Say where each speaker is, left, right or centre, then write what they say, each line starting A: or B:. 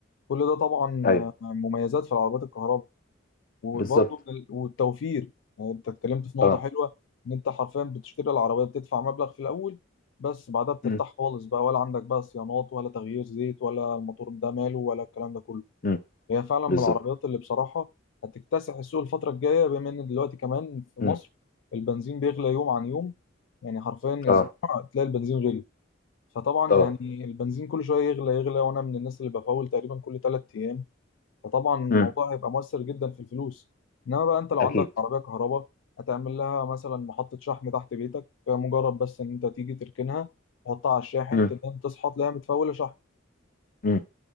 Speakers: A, on the left (about 70°); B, on the left (about 45°).
A: كل ده طبعا
B: ايوه
A: آه، مميزات في العربيات الكهرباء وبرضه
B: بالظبط
A: من ال- والتوفير يعني انت اتكلمت في نقطة
B: اه
A: حلوة ان انت حرفيا بتشتري العربية بتدفع مبلغ في الاول بس بعدها بترتاح
B: امم
A: خالص بقى ولا عندك بقى صيانات ولا تغيير زيت ولا الموتور ده ماله ولا الكلام ده كله
B: امم
A: هي فعلا من
B: بالظبط
A: العربيات اللي بصراحة هتكتسح السوق الفترة الجاية بما ان دلوقتي كمان في
B: امم
A: مصر البنزين بيغلى يوم عن يوم يعني حرفيا
B: اه
A: اسبوع تلاقي البنزين غلي فطبعا
B: اه
A: يعني البنزين كل شويه يغلى يغلى وانا من الناس اللي بفول تقريبا كل ثلاث ايام فطبعا الموضوع
B: امم
A: هيبقى مؤثر جدا في الفلوس انما بقى انت لو
B: اكيد
A: عندك عربيه كهرباء هتعمل لها مثلا محطه شحن تحت بيتك مجرد بس ان انت تيجي تركنها تحطها على الشاحن
B: امم
A: تنام تصحى تلاقيها متفوله شحن
B: امم